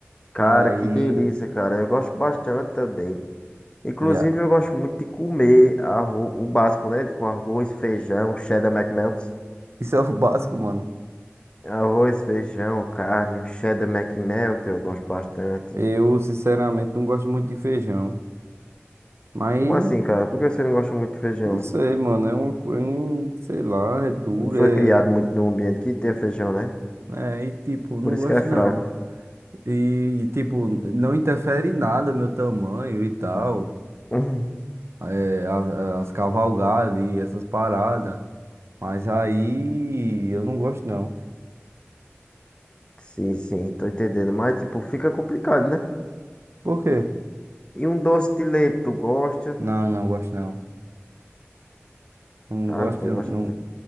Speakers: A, on the left; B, on the right.
A: cara,
B: E aí,
A: que delícia, cara. Eu gosto bastante também. Inclusive,
B: yeah.
A: eu gosto muito de comer arro- o básico, né? Tipo arroz, feijão, cheddar McMelt.
B: Isso é o básico, mano.
A: Arroz, feijão, carne, o cheddar McMelt, eu gosto bastante.
B: Eu, sinceramente, não gosto muito de feijão. Mas,
A: Como assim, cara? Por que você não gosta muito de feijão?
B: não sei, mano. É uma coisa, sei lá, é duro,
A: Não foi
B: é.
A: criado muito num ambiente que tem feijão, né?
B: É, e tipo, não
A: Por isso
B: gosto
A: que é fraco.
B: não.
A: <laughs>
B: E, e, tipo, não interfere em nada meu tamanho e tal.
A: Hum,
B: é, a- as, cavalgadas e essas paradas. Mas aí eu não gosto não.
A: Sim, sim, tô entendendo. Mas, tipo, fica complicado, né?
B: Por quê?
A: E um doce de leite, tu gosta?
B: Não, não gosto não. Não
A: Cara,
B: gosto,
A: tu
B: de-
A: não gosta.
B: não,